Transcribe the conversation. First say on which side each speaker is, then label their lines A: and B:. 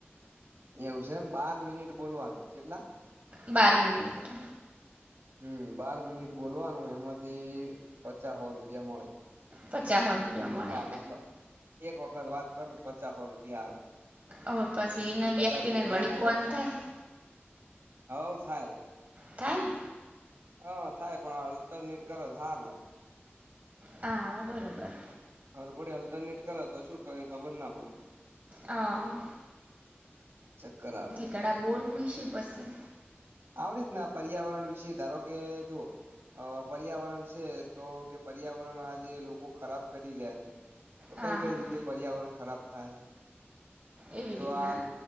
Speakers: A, on the right; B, on the right.
A: એવું છે એમ બાર મિનિટ બોલવાનું કેટલા.
B: બાર મિનિટ.
A: હમ બાર મિનિટ બોલવાનું એમાંથી પચા હો રૂપિયા મળે.
B: પચાસો રૂપિયા
A: એક મિનિટ
B: મળે
A: આ મતલબ એક વખત વાત કરો પચા હો રૂપિયા આવે.
B: અવે પછી એના
A: બધા
B: વ્યક્તિને
A: ભેગા
B: વળી
A: કોક
B: ફોન
A: અઠ
B: થાય.
A: હવ થાય.
B: થાય ને.
A: હ થાય પણ અલ્ટરનેટ કરે તો હારું.
B: હા બરોબર.
A: પડે અલ્ટરનેટ કરે તો શું કઈ ખબર ના પડે.
B: હા
A: ચક્કર આવે.
B: કડા બોલવુંય શું પછી.
A: આવી રીતના પર્યાવરણ વિશે ધારો કે જુઓ. અ પર્યાવરણ છે તો કે પર્યાવરણનું આજે લોકો ખરાબ કરી રહ્યા છે. તો
B: હા
A: કઈ કઈ
B: હા
A: રીતે પર્યાવરણ ખરાબ થાય.
B: એવી
A: તો
B: રીતના
A: આ